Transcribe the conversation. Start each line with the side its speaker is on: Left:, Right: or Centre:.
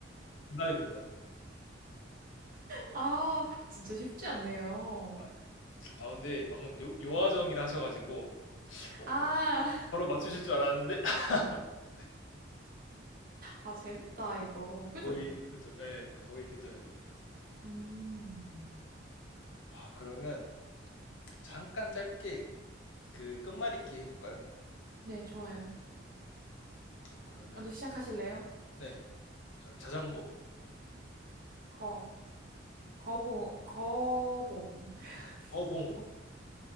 Left: 정답입니다.
Right: 아, 진짜 쉽지 않네요.
Left: 아, 네. 아 근데 방금 요, 요하정이라 하셔가지고 어,
Right: 아,
Left: 바로 맞추실 줄 알았는데 <laughs> 네,
Right: 아, 재밌다, 이거. 그죠?
Left: 거의 근접 예 거의 근접했네요
Right: 음.
Left: 아 그러면 잠깐 짧게 그 끝말잇기 해볼까요?
Right: 네, 좋아요.
Left: 그러면
Right: 먼저 시작하실래요?
Left: 네 저는 자전거
Right: 거. 거봉, 거봉.
Left: 거봉
Right: 더-